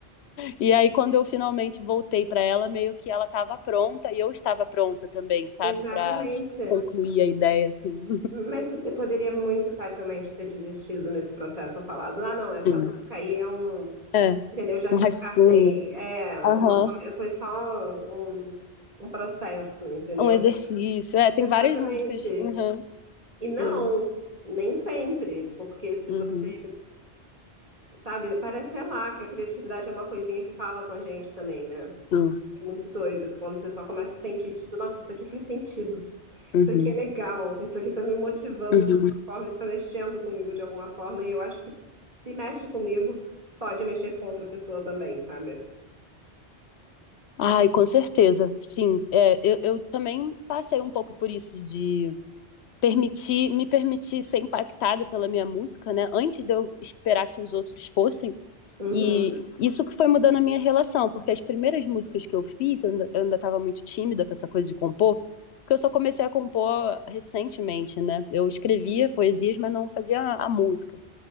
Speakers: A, on the left (about 75°); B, on the right (about 35°).
A: E aí, quando eu finalmente voltei para ela, meio que ela estava pronta e eu estava pronta também, sabe?
B: Exatamente.
A: Para concluir a ideia, assim.
B: Mas você poderia muito facilmente ter desistido nesse processo, ou falado, ah, não, essa
A: Enfim,
B: música aí é um,
A: é,
B: entendeu? Eu Já
A: um
B: descartei.
A: rascunho.
B: É
A: Aham.
B: uma coisa, foi só um, um processo, entendeu?
A: Um exercício. É, tem
B: Exatamente.
A: várias músicas. Aham.
B: E
A: Sim.
B: não, nem sempre, porque se
A: Uhum.
B: você, sabe, parece, sei lá, que a criatividade é uma coisinha que fala com a gente também, né?
A: Sim.
B: É muito doido que quando você só começa a sentir, tipo, nossa, isso aqui faz sentido.
A: Uhum.
B: Isso aqui é legal, isso aqui está me motivando
A: Uhum.
B: de alguma forma, isso está mexendo comigo de alguma forma, e eu acho que se mexe comigo, pode mexer com outra pessoa também, sabe?
A: Ai, com certeza. Sim. É, eu, eu também passei um pouco por isso de permitir, me permitir ser impactada pela minha música, né? Antes de eu esperar que os outros fossem.
B: Uhum.
A: E isso que foi mudando a minha relação, porque as primeiras músicas que eu fiz, eu ainda, eu ainda estava muito tímida com essa coisa de compor, porque eu só comecei a compor recentemente, né? Eu escrevia poesias, mas não fazia a a música.